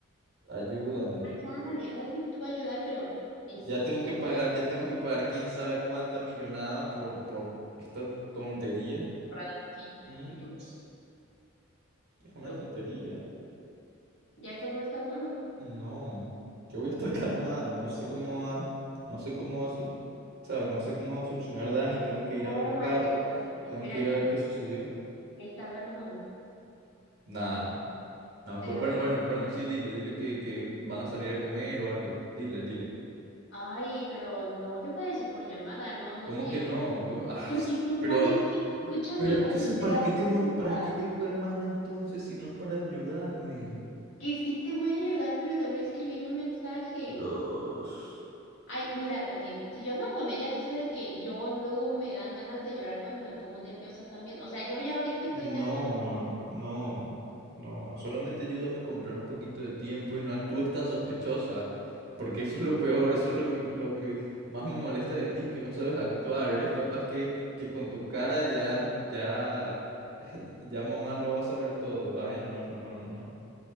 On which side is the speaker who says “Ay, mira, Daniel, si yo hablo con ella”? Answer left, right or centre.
Left